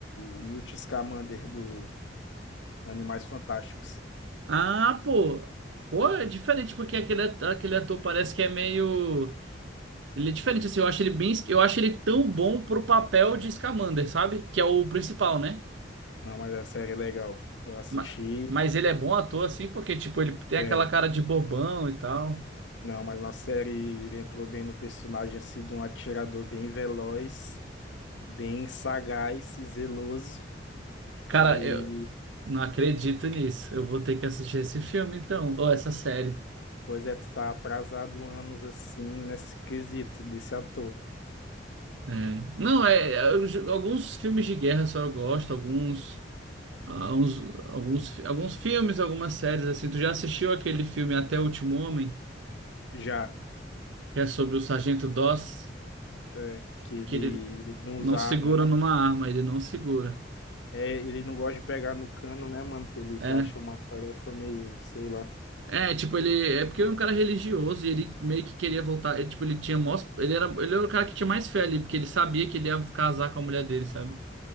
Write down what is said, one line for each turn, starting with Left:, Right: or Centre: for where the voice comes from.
Left: o Newt Scamander do Animais Fantásticos.
Right: Ah, pô. Pô, é diferente porque aquele ator, aquele ator parece que é meio. Ele é diferente, assim. Eu acho ele bem. Eu acho ele tão bom pro papel de Scamander, sabe? Que é o principal, né?
Left: Não, mas a série é legal. Eu assisti.
Right: Ma- Mas ele é bom ator, assim, porque, tipo, ele tem
Left: É,
Right: aquela cara de bobão e tal.
Left: não, mas na série ele entrou bem no personagem, assim, de um atirador bem veloz, bem sagaz e zeloso.
Right: Cara,
Left: Aí,
Right: eu não acredito nisso. Eu vou ter que assistir esse filme, então. Ou essa série.
Left: pois é, tu tá atrasado anos, assim, nesse quesito desse ator.
Right: É. Não, é. é, eu- Alguns filmes de guerra só eu gosto, alguns. ah, uns, alguns, fi- alguns filmes, algumas séries assim. Tu já assistiu aquele filme Até o Último Homem,
Left: Já,
Right: que é sobre o Sargento Doss,
Left: é, que ele,
Right: que ele
Left: ele não
Right: não
Left: usa
Right: segura
Left: arma, né?
Right: numa arma, ele não segura.
Left: É, ele não gosta de pegar no cano, né, mano? Ele
Right: É,
Left: se acha uma tarefa meio, sei lá.
Right: é, tipo, ele é porque ele é um cara religioso e ele meio que queria voltar, ele, tipo, ele tinha mós, ele era, ele era o cara que tinha mais fé ali, porque ele sabia que ele ia casar com a mulher dele, sabe?